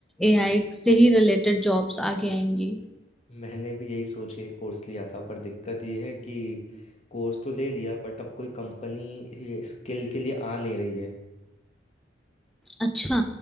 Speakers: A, in the centre; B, on the left.
A: एआई से ही रिलेटेड जॉब्स आगे आएंगी
B: मैंने भी यही सोच के कोर्स लिया था पर दिक्कत ये है कि कोर्स तो ले लिया बट अब कोई कंपनी स्किल के लिए आ नहीं रही है
A: अच्छा